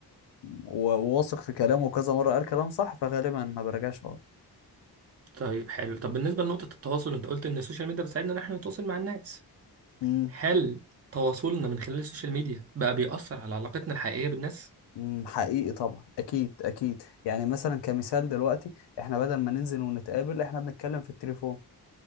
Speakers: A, on the left; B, on the right.
A: و- وواثق في كلامه كذا مرة قال كلام صح فغالبا ما برجعش وراه
B: طيب حلو طب بالنسبة لنقطة التواصل أنت قلت إن السوشيال ميديا بتساعدنا إن إحنا نتواصل مع الناس
A: امم
B: هل تواصلنا من خلال السوشيال ميديا بقى بيأثر على علاقتنا الحقيقية بالناس؟
A: أمم، حقيقي طبعا اكيد اكيد يعني مثلا كمثال دلوقتي احنا بدل ما ننزل ونتقابل احنا بنتكلم في التليفون